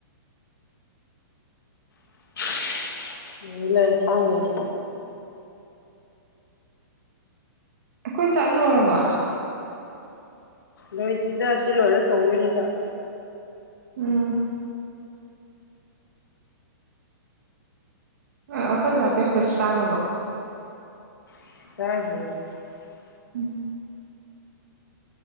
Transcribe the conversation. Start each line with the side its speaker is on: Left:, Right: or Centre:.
Left: <unintelligible> ꯂꯩ ꯂꯩꯔꯦ ꯊꯥꯡ ꯂꯩꯔꯦ
Right: ꯑꯩꯈꯣꯏ ꯆꯥꯛꯂꯣꯏꯔꯕꯣ
Left: ꯂꯣꯏꯗꯔꯤꯗ ꯑꯁꯤ ꯂꯣꯏꯔꯥ ꯊꯣꯡꯗꯣꯏꯅꯤ ꯆꯥꯛ
Right: ꯎꯝ ꯑꯩꯈꯣꯏꯗ ꯕꯦꯛꯐꯁ ꯆꯥꯒꯔꯥꯕꯣ
Left: <unintelligible>
Right: ꯎꯝ